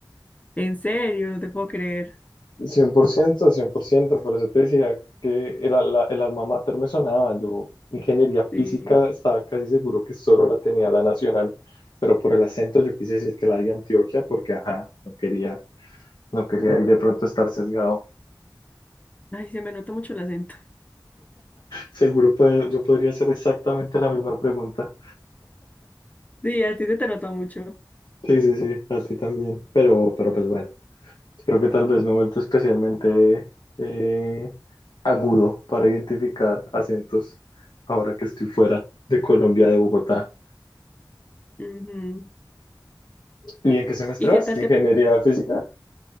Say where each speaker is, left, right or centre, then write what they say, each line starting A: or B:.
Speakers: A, on the left; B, on the left.
A: En serio, no te puedo creer.
B: cien por ciento cien por ciento por eso te decía que el, ala- el alma mater me sonaba. Yo, ingeniería
A: Sí.
B: física, estaba casi seguro que solo la tenía la nacional, pero por el acento yo quise decir que la de Antioquia porque, ajá, no quería, no quería ir de pronto estar sesgado.
A: Ay, se me nota mucho el acento.
B: Seguro puedo, yo podría hacer exactamente la misma pregunta.
A: Sí, a ti se te nota mucho.
B: Sí, sí, sí, a ti también, pero, pero pues bueno. Creo que tal vez me he vuelto especialmente eh, agudo para identificar acentos ahora que estoy fuera de Colombia, de Bogotá.
A: Ujú.
B: ¿Y en qué semestre
A: ¿Y qué
B: vas?
A: tal
B: ¿De
A: te...
B: ¿Ingeniería física?